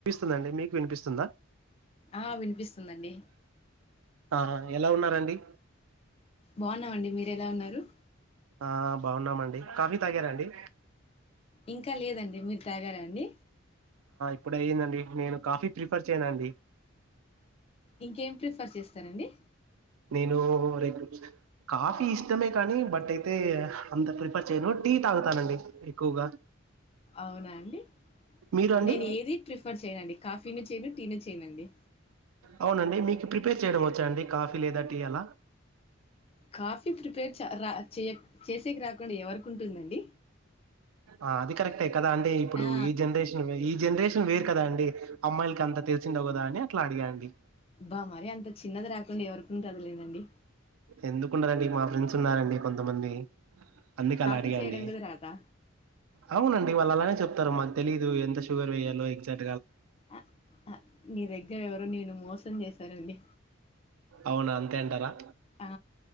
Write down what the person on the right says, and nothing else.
ందండి మీకు వినిపిస్తుందా
ఆహా ఎలా ఉన్నారండి
ఆ బాగున్నామండి కాఫీ తాగారా అండి
ఇప్పుడయ్యిందండి నేను కాఫీ ప్రిఫర్ చేయనండి
హలో హరే కృష్ణ కాఫీ ఇష్టమే కానీ బట్ అయితే అంత ప్రిఫర్ చేయను టీ తాగుతానండి ఎక్కువగా
మీరు అండి
అవునండి మీకు ప్రిపేర్ చేయడం వచ్చా అండి కాఫీ లేదా టీ అలా
ఆ అది కరెక్టే కదా అండి ఇప్పుడు
ఈ జనరేషన్ ఈ జనరేషన్ వేరు కదా అండి అమ్మాయిలకి అంత తెలిసిండవ్ కదా అని అట్లా అడిగా అండి
ఎందుకుండదండి మా ఫ్రెండ్స్ ఉన్నారండి కొంతమంది అందుకు అలా
అడిగా
అండి
అవునండి వాళ్ళ అలానే చెప్ సరే మాకు తెలీదు ఎంత షగర్ వెయ్యాలో ఎగజాక్ట్
అవునా అంతేంటారా